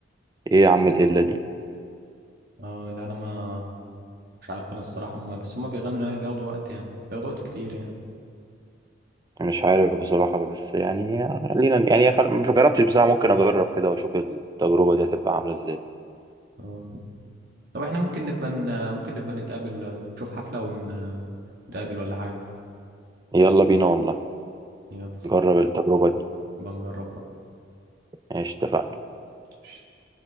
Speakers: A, on the right; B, on the right.
A: ايه يا عم القله دي
B: اه لا انا ما مش عارف انا الصراحه هم بس هم بيغنوا يعني بياخدوا وقت يعني بياخدوا وقت كتير يعني
A: أنا مش عارف بصراحه بس يعني خلينا يعني خل- مش جربتش بصراحه ممكن اجرب كده واشوف التجربه دي هتبقى عامله ازاي
B: آه. طب احنا ممكن نبقى ن- ممكن نبقى نتقابل نشوف حفله ونتقابل ولا حاجه
A: يلا بينا والله
B: يلا
A: نجرب التجربه دي
B: بنجرب
A: ماشي اتفقنا
B: بقى